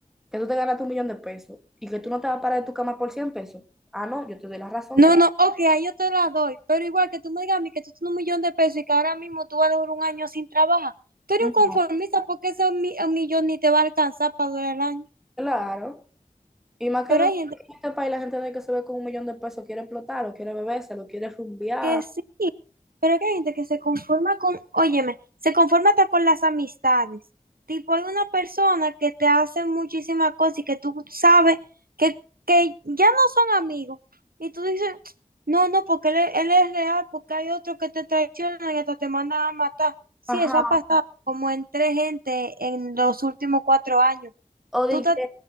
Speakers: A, in the centre; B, on the right.
A: que tú te ganaste un millón de pesos y que tú no te vas a parar de tu cama por 100 pesos, ah, no, yo te doy la razón.
B: No,
A: te-
B: no, ok, ahí yo te las doy, pero igual que tú me digas a mí que tú tienes un millón de pesos y que ahora mismo tú vas a durar un año sin trabajar, tú eres
A: No,
B: un conformista porque ese mi- un millón ni te va a alcanzar para durar el año.
A: claro. Y más que
B: Pero
A: en
B: hay gente
A: este país la gente de que se ve con un millón de pesos quiere explotarlo, quiere bebérselo, quiere rumbear.
B: Que sí, pero que hay gente que se conforma con, óyeme, se conforma hasta con las amistades. Tipo, hay una persona que te hace muchísimas cosas y que tú sabes que, que ya no son amigos. Y tú dices, no, no, porque él, es- él es real, porque hay otro que te traiciona y hasta te mandan a matar. Sí,
A: Ajá.
B: eso ha pasado como en tres gente en los últimos cuatro años.
A: O de
B: Tú estás
A: que,